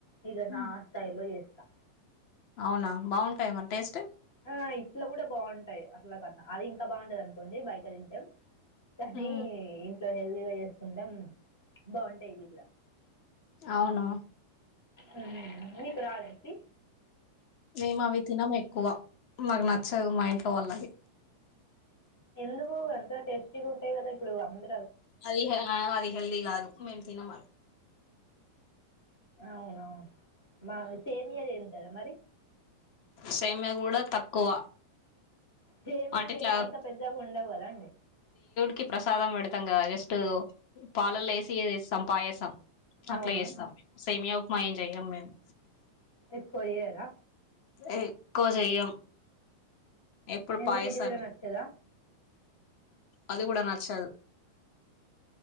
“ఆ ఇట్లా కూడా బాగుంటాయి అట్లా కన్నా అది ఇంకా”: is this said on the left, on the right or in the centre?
Left